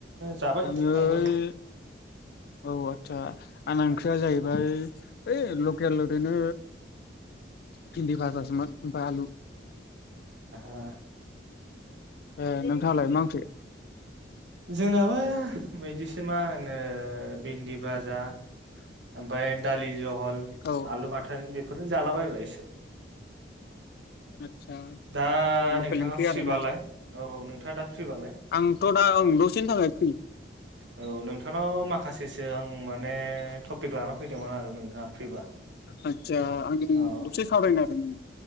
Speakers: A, on the right; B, on the left.
A: जाबाय
B: आङो
A: आंबो
B: ओइ औ आदसा आंना ओंख्रिया
A: ओ
B: जाहैबाय ओइ लकेल ओरैनो फिन्दि फाजा सोमोन ओमफ्राय आलु।
A: ओ
B: ए नोंथाङालाय मा ओंख्रि?
A: जोंनाबो बायदिसिना मा होनो भिन्दि बाजा। ओमफ्राय दालि ज ल
B: औ
A: आलु बाथोन बेफोरनो जालाबायबाय एसे।
B: आदसा
A: दा
B: लकेल
A: नोंथाङा
B: ओंख्रि
A: फ्रिबालाय
B: आरोना
A: औ नोंथाङा दा फ्रिबालाय?
B: आंथ' दा ओं दसेनि थाखाय फ्रि
A: औ नोंथांनाव माखासेसो आं माने थफ फिख लाना फैदोंमोन आरो नोंथाङा फ्रिबा
B: आदसा आं
A: औ।
B: दसे सावरायनो आरो नों